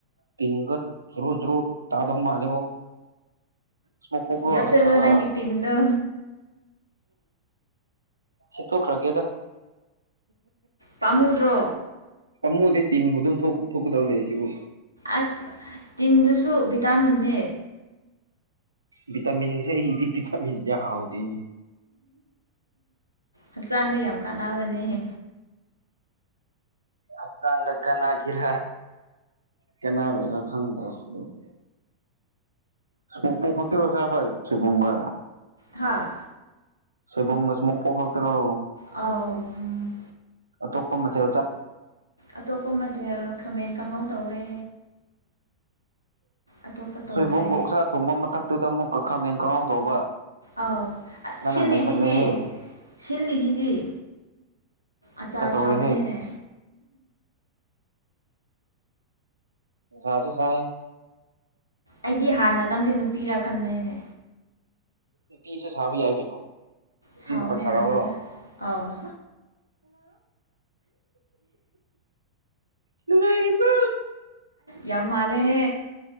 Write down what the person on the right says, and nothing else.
ꯇꯒꯠ ꯖꯔꯣ ꯖꯔꯣ ꯇꯥꯗꯣ ꯃꯥꯂꯦꯣ ꯁꯃꯣ ꯄꯣꯣ
ꯅꯠꯇ꯭ꯔꯒ
ꯁꯤ ꯊ ꯈꯔꯒꯦꯗ
ꯄꯥꯃꯨꯗꯤꯩ ꯇꯤꯟꯕꯨ ꯑꯗꯨꯝ ꯊꯣꯛꯀꯗꯕ ꯂꯩꯔꯤꯁꯤꯕꯨ
ꯚꯇꯝꯤꯟꯁꯦ ꯏꯗꯤ ꯚꯇꯝꯤꯟꯁꯦ ꯍꯥꯎꯗꯤꯅꯤ
ꯑꯛꯁꯥ ꯂ ꯀꯅꯥ ꯍꯥ ꯀꯔ ꯀꯅꯥꯔꯔ ꯈꯪꯗ꯭ꯔꯦ ꯑꯗꯨꯕꯨꯗꯤ ꯁꯃꯣꯛ ꯄꯣꯔꯀ ꯈꯛꯇꯔꯣ ꯆꯥꯕ ꯁꯦꯕꯨꯡꯒ
ꯁꯣꯏꯕꯝꯒꯁ ꯃ ꯀꯣꯈ ꯇꯔꯣ
ꯇꯣꯄ ꯃꯆꯥ
ꯁꯣꯏꯕꯨꯝꯒ ꯎꯛꯁꯥ ꯊꯣꯡꯕ ꯃꯊꯛꯇꯨꯗ ꯑꯃꯨꯛꯀ ꯈꯥꯝꯃꯦꯟ ꯈꯪꯍꯥꯎ ꯇꯧꯕ
ꯂ
ꯅ ꯅ ꯈꯜꯂꯍꯦ
ꯈꯔ ꯇꯧꯔꯦꯍꯦ
ꯁꯥꯁꯨꯁ
ꯅꯨ ꯄꯤꯁꯨꯦ ꯁꯥꯥꯕꯤ ꯌꯥꯏ ꯀꯩꯅꯣ ꯅꯨꯄꯤ
ꯃꯈꯣꯟ ꯁꯥꯔꯛꯎꯔꯣ
ꯅꯨꯡꯉꯥꯏꯔꯤꯕ꯭ꯔꯣ